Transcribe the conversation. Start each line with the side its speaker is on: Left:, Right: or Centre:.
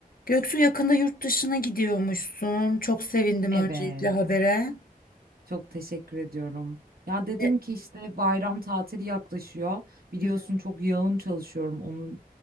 Left: Göksu yakında yurt dışına gidiyormuşsun. Çok sevindim
Right: Evet,
Left: öncelikle habere.
Right: çok teşekkür ediyorum. Ya dedim
Left: Ve-
Right: ki işte bayram tatili yaklaşıyor. Biliyorsun
Left: Hı hı,
Right: çok yoğun çalışıyorum onun